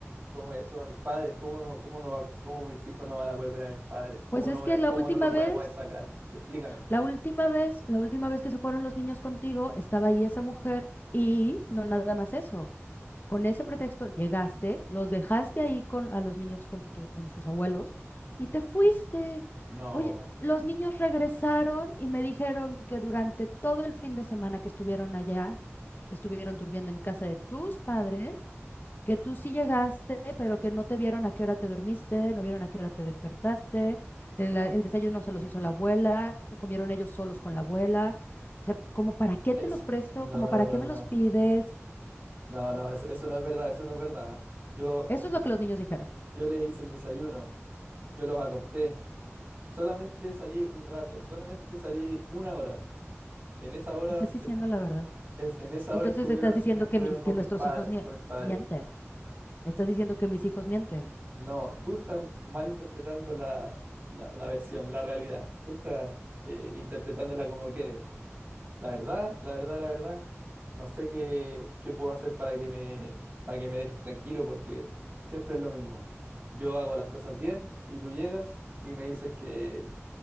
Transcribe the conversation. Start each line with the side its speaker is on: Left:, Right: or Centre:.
Right: como eso, a mis padres, cómo no, cómo no va- cómo mis hijos no van a poder ver a mis padres, cómo
Left: Pues es
Right: no voy
Left: que
Right: a-
Left: la
Right: cómo
Left: última
Right: no los voy
Left: vez,
Right: a poder sacar. Explícame.
Left: la última vez, la última vez que se fueron los niños contigo, estaba ahí esa mujer y no nada más eso. Con ese pretexto llegaste, los dejaste ahí con a los niños con, tu- con sus abuelos y te fuiste.
Right: No,
Left: Oye, los niños regresaron y me dijeron que durante todo el fin de semana que estuvieron allá, estuvieron durmiendo en casa de tus padres, que tú sí llegaste, pero que no te vieron a qué hora te dormiste, no vieron a qué hora te despertaste, el, el desayuno se los hizo la abuela, comieron ellos solos con la abuela. O sea, como para qué
Right: es,
Left: te los presto,
Right: no,
Left: como
Right: no,
Left: para
Right: no,
Left: qué
Right: no,
Left: me
Right: no,
Left: los pides.
Right: no, no, eso, eso no es verdad, eso no es verdad. Yo
Left: Eso es lo que los niños dijeron.
Right: Yo les hice el desayuno, yo los acosté, solamente salí un rato, solamente salí una hora. En esa hora,
Left: Estás diciendo
Right: es-
Left: la verdad.
Right: es- en esa
Left: Entonces
Right: hora estuvieron,
Left: estás diciendo
Right: estuvieron
Left: que, mis,
Right: con
Left: que nuestros
Right: mis pa-
Left: hijos mie-
Right: con mis padres.
Left: mienten. Me estás diciendo que mis hijos mienten.
Right: No, tú estás malinterpretando la, la, la versión, la realidad. Tú estás eh, interpretándola como quieres. La verdad, la verdad, la verdad, no sé qué, qué puedo hacer para que me, para que me dejes tranquilo porque siempre es lo mismo. Yo hago las cosas bien y tú llegas y me dices que,